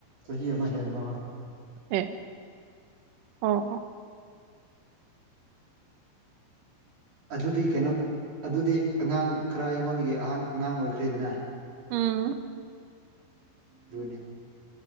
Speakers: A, on the right (about 40°); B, on the right (about 75°).
A: ꯆꯍꯤ ꯑꯃ ꯍꯦꯟꯕ ꯍꯣꯏ
B: ꯑꯦ ꯑꯣ ꯑꯣ
A: ꯑꯗꯨꯗꯤ ꯀꯩꯅꯣ ꯑꯗꯨꯗꯤ ꯑꯉꯥꯡ ꯈꯔ ꯑꯩꯉꯣꯟꯒꯤ ꯑꯍꯥꯟ ꯑꯉꯥꯡ ꯑꯣꯏꯈ꯭ꯔꯦꯗꯅ
B: ꯎꯝ
A: ꯗꯨꯅꯤ